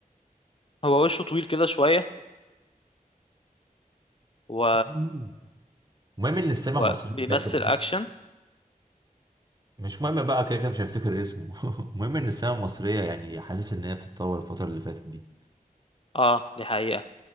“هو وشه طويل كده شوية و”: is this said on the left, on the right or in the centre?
Left